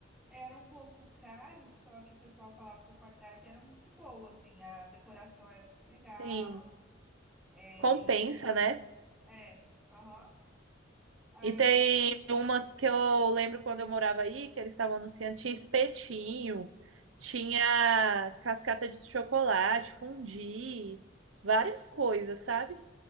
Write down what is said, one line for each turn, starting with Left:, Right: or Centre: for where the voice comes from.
Centre: era um pouco caro, só que o pessoal falava que a qualidade era muito boa, assim, a decoração era muito legal.
Right: Sim,
Centre: É,
Right: compensa, né?
Centre: é, aham. Aí
Right: E tem
Centre: era massa.
Right: uma que eu lembro quando eu morava aí, que eles estavam anunciando, tinha espetinho, tinha cascata de chocolate, fundi, várias coisas, sabe?